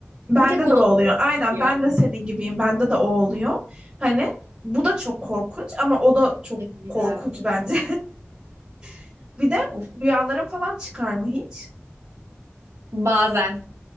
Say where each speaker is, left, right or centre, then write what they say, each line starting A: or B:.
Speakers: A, on the right (about 20°); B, on the right (about 90°).
A: Bende
B: Bir tek o onu
A: de o oluyor.
B: şey
A: Aynen
B: biliyor.
A: ben de senin gibiyim. Bende de o oluyor. Hani bu da çok korkunç ama o da çok
B: Kesinlikle.
A: korkunç bence. <laughs> Bir de
B: Of.
A: rüyalarım falan çıkar mı hiç?
B: Bazen.